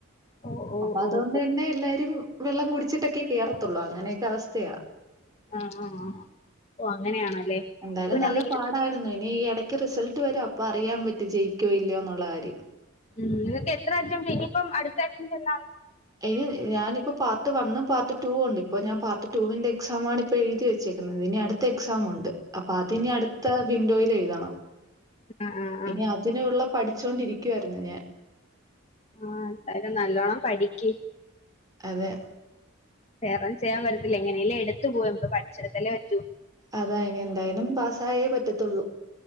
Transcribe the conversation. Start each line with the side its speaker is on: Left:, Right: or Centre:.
Left: ഓ ഓ
Right: അപ്പ ആ അതുകൊണ്ട്
Left: ഓ ഓ
Right: തന്നെ എല്ലാരും വെള്ളം കുടിച്ചിട്ടൊക്കെ കേറത്തുള്ളൂ അങ്ങനെയൊക്കെ അവസ്ഥയ
Left: ആഹ് ആഹ് ഓ അങ്ങനെയാണല്ലേ
Right: എന്തായാലും
Left: നമുക്ക് പിന്നെ
Right: നല്ല
Left: അവിടെ ഇരു
Right: പാടായിരുന്നു ഇനി ഈ ഇടയ്ക്ക് റിസൾട്ട് വരും അപ്പൊ അറിയാൻ പറ്റി ജയിക്കു ഇല്ലയോന്നുള്ള കാര്യം
Left: ഉം ഇതൊക്കെ എത്ര അറ്റംറ്റ് ഇനിയിപ്പം അടുത്ത അറ്റംറ്റ് എന്ന
Right: ഇനി ഞാനിപ്പോ പാർട്ട് വണ് പാർട്ട ടൂ ഉണ്ട് ഇപ്പോ ഞാൻ പാർട്ട് ടൂവിന്റെ എക്സാമാണ് ഇപ്പൾ എഴുതി വെച്ചേക്കുന്നത് ഇനി അടുത് ത്ത എക്സാം ഉണ്ട് അപ്പൊ അത്നി അടുത്ത വിൻഡോൽ എഴുതണം
Left: ആ ആ ആ
Right: ഇനി ഇതിനുള്ള പഠിച്ചൊണ്ടിരിക്കുവായിരുന്നു ഞാൻ
Left: ആഹ് എന്തായാലും നല്ലോണ്ണം പഠിക്ക്
Right: അതെ
Left: വേറ ചെയ്യാൻ പറ്റത്തില്ല എങ്ങനെ ഇല്ല എടുത്തു പോയ്പ പഠിച്ചിടത്തല്ലേ പറ്റു
Right: അതായിനി എന്തായാലും പാസ്സായേ പറ്റത്തുള്ളൂ